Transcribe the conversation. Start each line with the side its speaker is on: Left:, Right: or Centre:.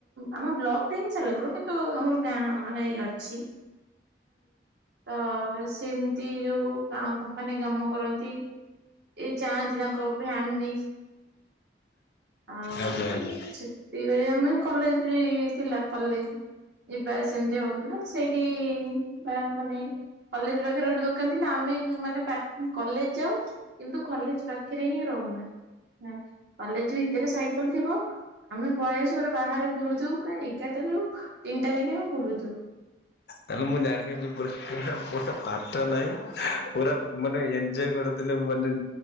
Right: ଆମ ବ୍ଲକ ଟା ହିଁ ସାଲେପୁର କିନ୍ତୁ ଆମର ଗାଁ ମାନେ ଇ ଅଛି ତ ସେମିତି ଯୋଉ ଗାଁ କମ୍ପାନୀ କାମ କରନ୍ତି ଏଇ ଯାଆନ୍ତି ତାଙ୍କ ଭ୍ୟାନ୍ ନେଇ ଅ
Left: ଆଜ୍ଞା ଆଜ୍ଞା।
Right: ସେତିବେଳେ ଆମେ କଲେଜ ବି ଥିଲା କଲେ ଯିବା ସେମିତି ହଉଥିଲା ନା ସେଇଠି ବା ମାନେ କଲେଜ ପାଖରେ ଗୋଟେ ଦୋକାନ ଥିଲା ଆମେ ମାନେ ପା କଲେଜ ଯାଉ କିନ୍ତୁ କଲେଜ ପାଖେ ରେ ହିଁ ରହୁନା ହୁ କଲେଜ ଭିତରେ ସାଇକେଲ ଥିବ ଆମେ ପଳେଇ ଆସୁ ପୁରା ବାହାରେ ବୁଲୁଥିବୁ ପୁରା ଏଗାର ଟା ରୁ ତିନିଟା ଯାକେ ଆମେ ବୁଲୁଥିବୁ।
Left: ତାଲେ ମୁଁ ଜାଣିଥିଲି ପୁରା ପୁରା ପାଠ ନାହିଁ ପୁରା ମାନେ ଏଞଜୟ କରି ଥିଲେ ମାନେ